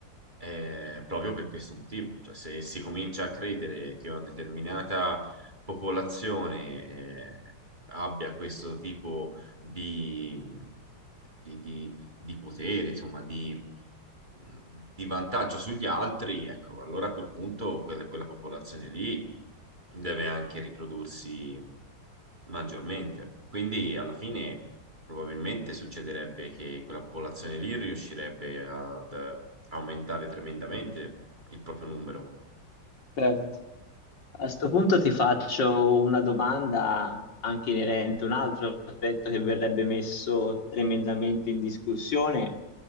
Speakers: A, on the right; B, on the left.
A: eh, proprio per questo motivo. Cioè, se si comincia a credere che una determinata popolazione eh, abbia questo tipo di, di- di- di potere, insomma, di, di vantaggio sugli altri, ecco, allora a quel punto quella, quella popolazione lì deve anche riprodursi maggiormente. Quindi alla fine probabilmente succederebbe che quella popolazione lì riuscirebbe ad aumentare tremendamente il proprio numero.
B: Certo. A sto punto ti faccio una domanda anche inerente a un altro aspetto che verrebbe messo tremendamente in discussione